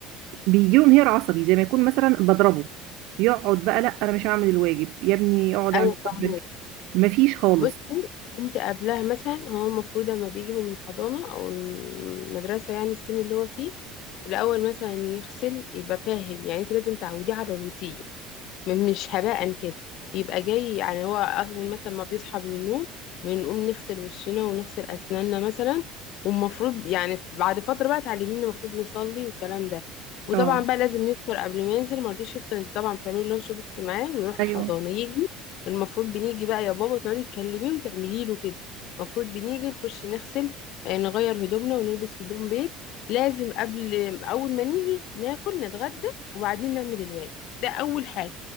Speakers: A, on the right; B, on the left.
A: بيجيله انهيار عصبي زي ما يكون مثلا بضربه يقعد بقى لا انا مش هعمل الواجب يا ابني اقعد
B: ايوه
A: اعمل
B: فاهمة
A: واجبك مفيش خالص
B: بصي انت قبلها مثلا هو المفروض لما بيجي من الحضانة او المدرسة يعني السن اللي هو فيه الاول مثلا يغسل يبقى فاهم يعني انت لازم تعوديه على الروتين م- مش هباء كده يبقى جاي يعني هو أول مثلا ما بيصحى من النوم بنقوم نغسل وشنا ونغسل أسناننا مثلا والمفروض يعني بعد فترة بقى تعلميني المفروض نصلي والكلام ده وطبعا
A: اه
B: بقى لازم يفطر قبل ما ينزل ما رضيش يفطر انت طبعا بتعملي لانش بوكس معاه ويروح
A: ايوه
B: الحضانة يجي المفروض بنيجي بقى يا بابا تقعدي تكلميه وتعملي له كده المفروض بنيجي نخش نغسل آه، نغير هدومنا ونلبس هدوم بيت لازم قبل أول ما نيجي ناكل نتغدى وبعدين نعمل الواجب ده أول حاجة